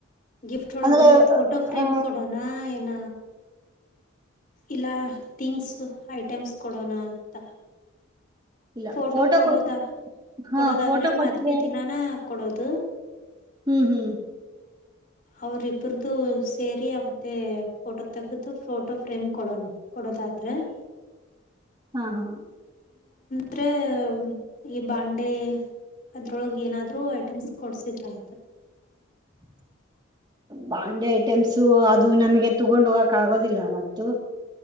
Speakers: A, on the left (about 45°); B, on the right (about 20°).
A: ಗಿಫ್ಟ್ ಒಳಗ
B: ಅಂದ್ರೆ
A: ಫೋಟೋ ಫ್ರೇಮ್
B: ಆ
A: ಕೊಡೋಣ ಏನ ಇಲ್ಲ ಥಿಂಗ್ಸ್ ಐಟಮ್ಸ್ ಕೊಡೋಣ ಅಂತ
B: ಇಲ್ಲ
A: ಫೋಟೋ ಕೊಡೋದ
B: ಕೊಟ್ ಹಾ
A: ಕೊಡೋದಾದ್ರೆ
B: ಫೋಟೋ ಕೊಟ್ರೆ
A: ಮದ್ವೀ ದಿನಾನೇ ಕೊಡೋದು,
B: ಹ್ಮ್ ಹ್ಮ್
A: ಅವ್ರಿಬ್ರದು ಸೇರಿ ಮತ್ತೆ ಫೋಟೋ ತೆಗೆದು ಫೋಟೋ ಫ್ರೇಮ್ ಕೊಡೋಣ ಕೊಡ ದಾಕುವೆನ್
B: ಹಾ ಹಾ
A: ತ್ರೆ ಈ ಬಾಂಡೆ ಅದ್ರೊಳಗ್ ಏನಾದ್ರು ಐಟಮ್ಸ್ ಕೊಡ್ಸಿದ್ರೆ ಆಯ್ತಾ.
B: <inaudible> ಬಾಂಡೆ ಐಟೆಮ್ಸು ಅದು ನಮಗೆ ತಗೊಂಡ್ ಹೋಗಕ ಆಗೋದಿಲ್ಲ ಅವತ್ತು.